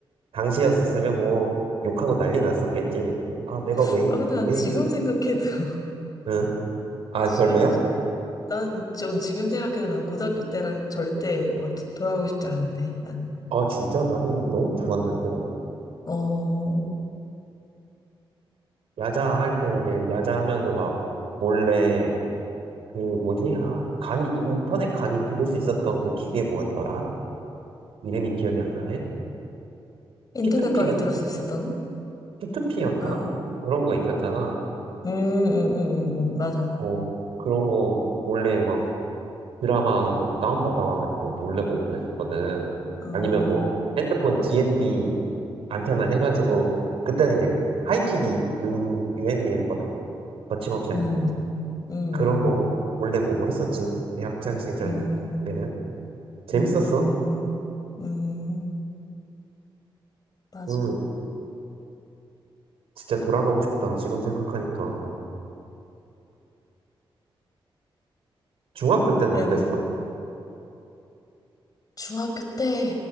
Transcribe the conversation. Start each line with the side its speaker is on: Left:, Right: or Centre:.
Right: 당시였었으면 뭐 욕하고 난리 났었겠지. 아, 내가
Left: <laughs>
Right: 왜, 이-
Left: 아, 근데 난
Right: 왜
Left: 지금
Right: 이래.
Left: 생각해도, <laughs>
Right: 응? 아,
Left: 싫은,
Right: 별로야?
Left: 난 좀 지금 생각해도 난 고등학교 때랑 절대 어, 도- 돌아가고 싶지 않은데, 난.
Right: 아, 진짜 나는 너무 좋았는데?
Left: 어,
Right: 야자 할 때 이제 야자 하면서 막 몰래 그 뭐지? 아, 강의, 인터넷 강의 들을 수 있었던 그 기계 뭐였더라? 이름이 기억이 안 나네?
Left: 인터넷
Right: P2P가,
Left: 강의 들을 수 있었다고?
Right: P2P였나?
Left: 아,
Right: 그런 거 있었잖아.
Left: 음, 음, 음, 음, 음, 맞아.
Right: 어, 그런 거 몰래 막 드라마 같은 거 다운받아와가지고 몰래 보고 그랬었거든.
Left: 어,
Right: 아니면 뭐 핸드폰 DMB 안테나 해가지고 그때는 이제 하이킥이 유, 유행이었거든. 거침없이 하이킥.
Left: 음, 음,
Right: 그런 거
Left: 음,
Right: 몰래 보고 했었지. 내 학창 시절
Left: 음,
Right: 때는. 재밌었어.
Left: 음, 음, 음, 맞아.
Right: 그, 진짜 돌아가고 싶다. 지금 생각하니까. 중학교 때는
Left: 내가
Right: 어땠어?
Left: 중학교 때,